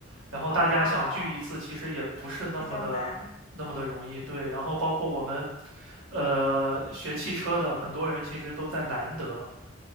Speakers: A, on the right; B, on the left.
A: 然后大家想聚一次，
B: 哦，
A: 其实也不是那么的那么的容易。
B: 比较难。
A: 对，然后包括我们，呃，学汽车的很多人其实都在南德。